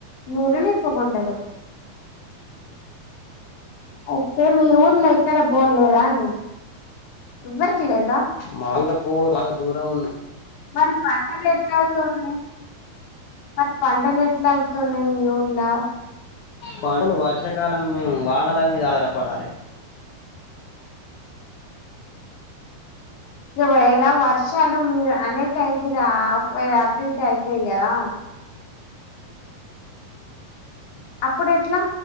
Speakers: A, on the left; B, on the left.
A: నీళ్లు నింపుకుంటారు. అయితే మీ ఊర్లో ఎక్కడ బోర్లేదా అండి ఎవ్వర్ కి లేదా.
B: మా ఊర్లో బోర్ బాగా దూరం ఉంది
A: మరి పంటలు ఎట్లావుతుంది. మరి పంటలు ఎట్లా తున్నాయ్. మీ ఊర్లా
B: పంటలు వర్షాకాలం మేము వానల మీద ఆధారపడాలే
A: ఇగా ఎలా వర్షాలు మీరు అనే టైంకిి రావ్ ఒకవేళ అటు ఇటు అయితాయి. కదా అప్పుడు ఎట్లా